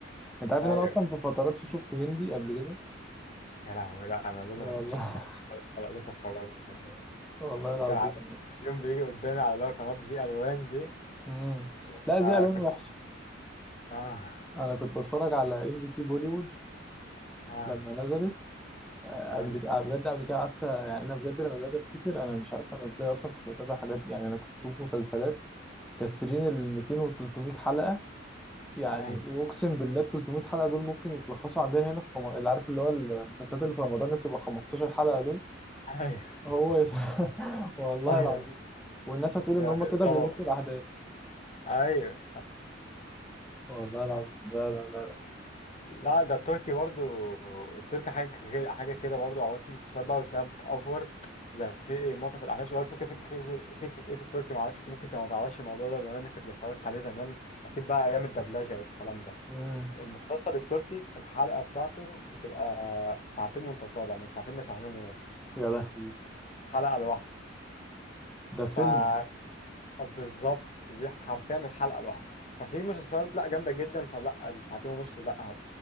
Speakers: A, in the centre; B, on the left.
A: انت عارف
B: ايوه
A: ان انا اصلا في فترات في شفت هندي قبل كده
B: يا لهوي لا انا دول
A: والله
B: ما قدرتش استحمل خالص ولا قدرت اتفرج يعني
A: <laughs> والله العظيم
B: كان على
A: يعني
B: التلفزيون بيجي قدامي على اللي هو قناة زي الوان دي
A: امم
B: بس
A: لا
B: ما
A: زي الوان
B: كنت
A: وحش
B: اه
A: انا كنت بتفرج على ام بي سي بوليوود
B: اه
A: لما نزلت آه،
B: ايوه
A: قبل كده بجد قبل كده قعدت يعني انا بجد لما باجي افتكر انا مش عارف انا ازاي اصلا كنت بتابع حاجات دي. يعني انا كنت بشوف مسلسلات كسرين ال 200 وال 300 حلقه يعني
B: ايوه
A: واقسم بالله ال 300 حلقه دول ممكن يتلخصوا عندنا هنا في خم... اللي عارف اللي هو المسلسلات اللي في رمضان اللي بتبقى 15 حلقه دول
B: ايوه
A: هو يت... <laughs> والله
B: ايوه
A: العظيم والناس هتقول
B: بيبقى
A: ان هم
B: في
A: كده
B: طلب
A: بيمطوا الاحداث
B: ايوه
A: والله العظيم لا
B: <laughs>
A: لا
B: لا ده التركي برضو التركي حاجة كده حاجة كده برضو أوقات في مسلسلات بقى بتلاقيها بتأفور وبيبقى في منطقة في الأحداث وأول فكرة فكرة فكرة إيه في التركي معرفش أنت ممكن أنت ما تعرفش الموضوع ده بما إنك اللي اتفرجت عليه زمان أكيد بقى أيام الدبلجة والكلام ده
A: امم
B: المسلسل التركي الحلقة بتاعته بتبقى ساعتين وأنت طالع من ساعتين لساعتين ونص
A: يا لهوي
B: الحلقة
A: ده فيلم
B: الواحدة
A: ده
B: بالظبط دي حرفيا الحلقه الواحده ففي مسلسلات لا جامده جدا فلا الساعتين ونص لا هت...